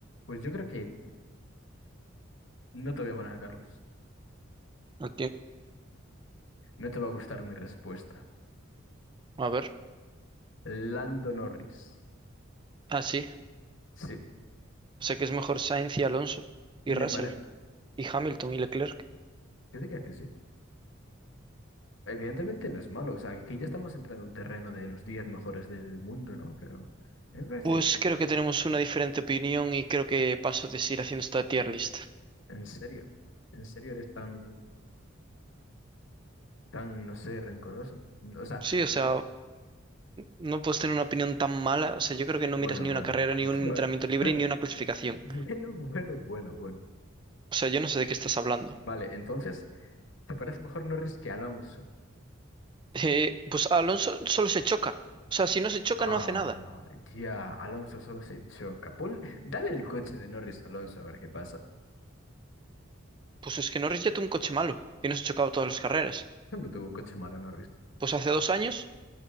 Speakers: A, on the left; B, on the right.
A: pues yo creo que no te voy a poner a Carlos.
B: Lo
A: No te va a gustar mi respuesta.
B: A ver.
A: Lando Norris.
B: Ah, sí.
A: Sí,
B: O sea que es mejor Sainz y Alonso. Y
A: me
B: Russell.
A: parece.
B: Y Hamilton y Leclerc.
A: Yo diría que sí. Evidentemente no es malo. O sea, aquí ya estamos entrando en un terreno de los 10 mejores del mundo, ¿no? Pero me parece,
B: Pues creo que tenemos una diferente opinión y creo que paso de seguir haciendo esta tier list.
A: en serio, en serio eres tan, tan, no sé, rencoroso. No, O sea,
B: Sí, o
A: te
B: sea,
A: po-
B: no puedes tener una opinión tan mala. O sea, yo creo que no
A: bueno,
B: miras ni
A: bueno,
B: una carrera, ni
A: bueno,
B: un entrenamiento libre,
A: <laughs>
B: ni una clasificación.
A: bueno, bueno, bueno, bueno, bueno.
B: O sea, yo no sé de qué estás hablando.
A: Vale, entonces, ¿te parece mejor Norris que Alonso?
B: Eh, pues Alonso solo se choca. O sea, si no se choca,
A: Ah,
B: no hace nada.
A: ya, Alonso solo se choca. Pon- dale el coche de Norris a Alonso a ver qué pasa.
B: Pues es que Norris ya tuvo un coche malo y no se chocaba todas las carreras.
A: ¿Cuándo tuvo un coche malo Norris?
B: Pues hace dos años